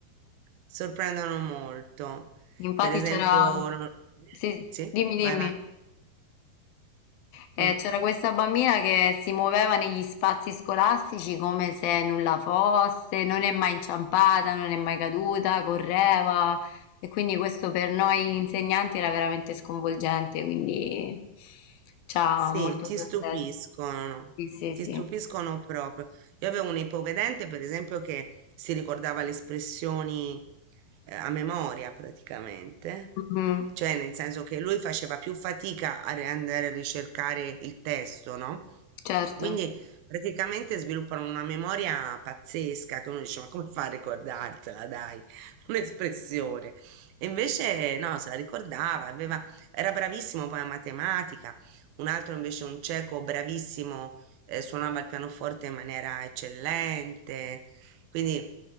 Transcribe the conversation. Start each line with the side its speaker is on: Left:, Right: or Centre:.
Right: Sorprendono molto.
Left: Infatti
Right: Per esempio,
Left: c'era
Right: no-
Left: sì,
Right: sì,
Left: dimmi, dimmi.
Right: vai, vai.
Left: Eh,
Right: Mm.
Left: c'era questa bambina che si muoveva negli spazi scolastici come se nulla fosse, non è mai inciampata, non è mai caduta, correva e quindi questo per noi insegnanti era veramente sconvolgente, quindi ci ha
Right: Sì,
Left: molto
Right: ti
Left: sorpreso.
Right: stupiscono,
Left: Sì, sì,
Right: ti
Left: sì.
Right: stupiscono proprio. Io avevo un ipovedente, per esempio, che si ricordava le espressioni eh, a memoria praticamente,
Left: Mhm,
Right: cioè nel senso che lui faceva più fatica a ri- andare a ricercare il testo, no?
Left: Certo.
Right: Quindi praticamente sviluppano una memoria pazzesca che uno dice, ma come fa a ricordartela, dai, <laughs> un'espressione. E invece no, se la ricordava, aveva, era bravissimo poi a matematica un altro invece un cieco bravissimo, eh, suonava il pianoforte in maniera eccellente, quindi